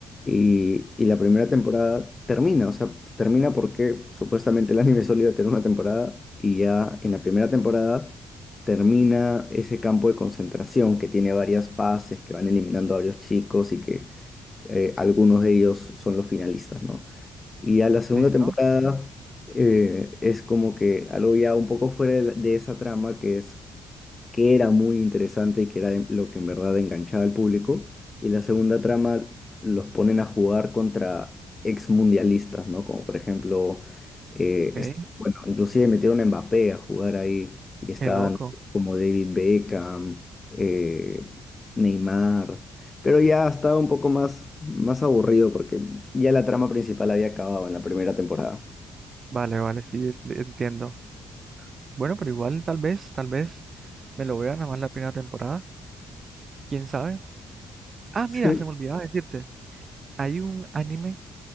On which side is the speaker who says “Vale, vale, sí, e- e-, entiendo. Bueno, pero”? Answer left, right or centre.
Right